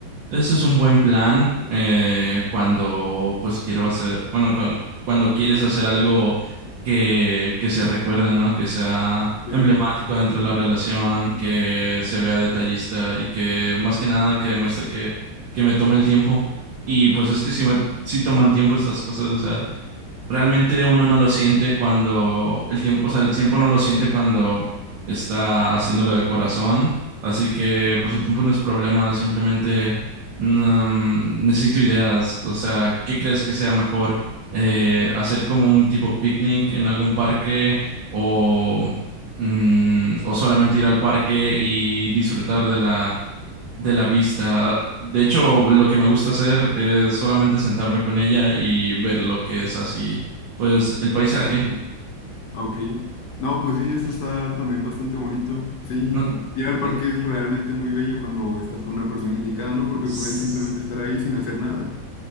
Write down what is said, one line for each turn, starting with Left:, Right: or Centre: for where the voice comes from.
Right: eso es un buen plan cu- eh, cuando pues quiero hacer, bueno, cu- cuando quieres hacer algo que, que se recuerde, ¿no? Que sea
Left: sí.
Right: emblemático dentro de la relación, que se vea detallista y que más que nada que demuestre que, que me tome el tiempo. Y pues es que si me, si toman tiempo estas cosas, realmente uno no lo siente cuando el tiempo, o sea, el tiempo no lo siente cuando está haciéndolo de corazón, así que pues el tiempo no es problema, simplemente mm, necesito ideas, o sea, ¿qué crees que sea mejor? Eh, hacer como un tipo picnic en algún parque o, mm, o solamente ir al parque y disfrutar de la de la vista. De hecho, lo que me gusta hacer es solamente sentarme con ella y ver lo que es así pues el paisaje.
Left: Sí. <laughs> Ah, ok. No, pues sí, eso está también bastante bonito. Sí,
Right: No,
Left: ir al parque
Right: no-
Left: es realmente muy bello cuando estás con una persona indicada, ¿no? Porque
Right: s-
Left: pueden simplemente estar ahí sin hacer nada.